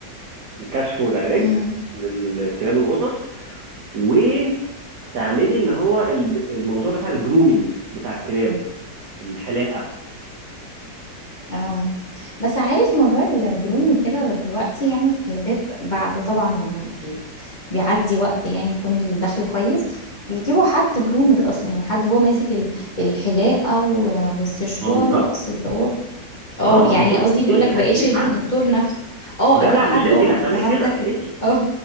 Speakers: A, on the right; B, on the left.
A: الكشف والعلاج
B: امم
A: للكلاب والقطط وتعملي اللي هو الب- الموضوع بتاع الجرومينج بتاع الكلاب الحلاقه
B: اه بس عارف موضوع الجرومينج كده دلوقتي يعني العيادات بعد طبعا لما بيت بيعدي وقت يعني يكون الدخل كويس بيجيبوا حد جرومر اصلا يعني حد هو ماسك ال- الحلاقه و- والسشوار
A: ما هو بالظبط
B: وقص الضوافر اه
A: اه
B: يعني
A: ما هو
B: قصدي بقول
A: انت
B: لك
A: هتجيبي
B: بقيتش
A: حد
B: دكتور نفس اه
A: لا
B: اجيب
A: لا
B: حد
A: مش انت
B: اه
A: اللي
B: انا
A: هتعملي
B: فهمتك
A: كده
B: كده
A: انت
B: اه